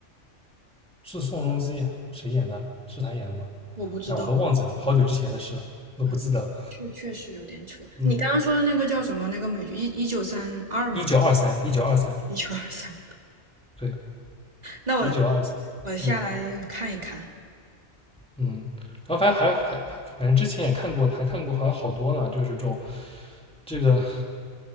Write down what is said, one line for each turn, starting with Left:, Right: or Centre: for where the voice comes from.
Centre: 是宋仲基谁演的？是他演的吗？
Right: 我不知道
Centre: 哎，我都忘记了，好久之前的事了，都不记得了。
Right: 啊，确确实有点扯。
Centre: 嗯，
Right: 你刚刚说的那个叫什么？那个美剧一一九三二吗？
Centre: 一九二三，一九二三，
Right: 一九二三。
Centre: 对，
Right: 那我
Centre: 一九二三。
Right: 我下来看一看。
Centre: 嗯嗯，然后反正还还反正之前也看过，还看过，还有好多呢，就是这种这个